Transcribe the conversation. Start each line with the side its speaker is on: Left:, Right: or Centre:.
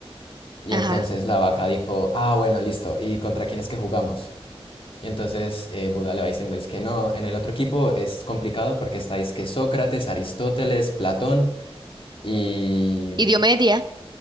Left: Y
Right: Ajá.
Left: entonces la vaca dijo, ah, bueno, listo, ¿y contra quién es que jugamos? Y entonces eh, Buda le va diciendo, es que no, en el otro equipo es complicado porque estáis que Sócrates, Aristóteles, Platón y,
Right: ¿Y Diomedes